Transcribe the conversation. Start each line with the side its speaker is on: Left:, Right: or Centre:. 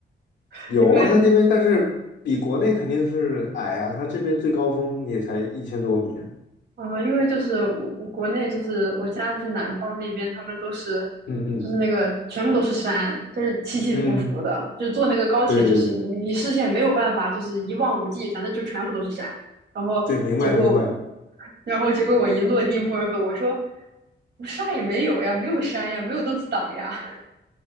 Right: <laughs>
Left: 有啊，
Right: 因为
Left: 它这边但是比国内肯定是矮啊，它这边最高峰也才一千多米。
Right: 呃，因为就是我我国内就是我家就是南方那边，他们都是
Left: 嗯嗯
Right: 就是那个全部都是山，就是起起伏伏的，
Left: 嗯，
Right: 就坐那个高铁就是你你视线没有办法就是一望无际，
Left: 对对对
Right: 反正就全部都是山。然后结果，
Left: 对，明白明白。
Right: <laughs> 然后结果我一落地墨尔本，我说我啥也没有呀，没有山呀，没有东西挡呀。<laughs>